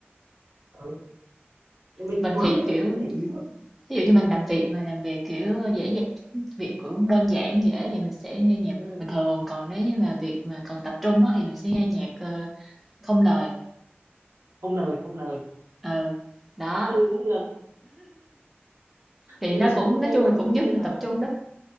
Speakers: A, on the right; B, in the centre.
A: ừ. mình
B: Mình
A: quá
B: thì
A: mệt rồi
B: kiểu
A: không để ý rồi
B: ví dụ như mình làm việc mà làm việc kiểu dễ dàng việc cũng đơn giản dễ thì mình sẽ nghe nhạc
A: ừ.
B: bình thường còn nếu như mà việc mà cần tập trung á thì mình sẽ nghe nhạc ờ, không lời
A: không lời không lời
B: ừ đó
A: ừ cũng được
B: thì
A: mình
B: nó
A: chỉ
B: cũng
A: khi nghe
B: nói chung
A: nhạc
B: là cũng giúp
A: khi
B: mình
A: mà
B: tập trung đó